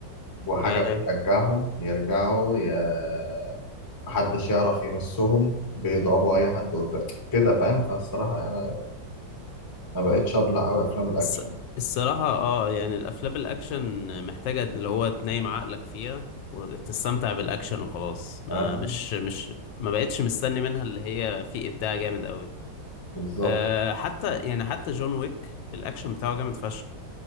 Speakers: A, on the left (about 20°); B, on the left (about 80°).
A: وحاجة
B: أيوة.
A: بترجعهم يرجعوا ي- محدش يعرف يمسهم بيضربوا أي حد قدام كده فاهم فالصراحة أنا ما بقتش أبلع أوي أفلام الأكشن
B: الص- الصراحة اه يعني الافلام الاكشن محتاجة اللي هو تنايم عقلك فيها وتستمتع بالاكشن وخلاص ما
A: آه،
B: مش مش ما بقتش مستني منها اللي هي في ابداع جامد قوي
A: بالظبط
B: آه حتى يعني حتى جون ويك الاكشن بتاعه جامد فشخ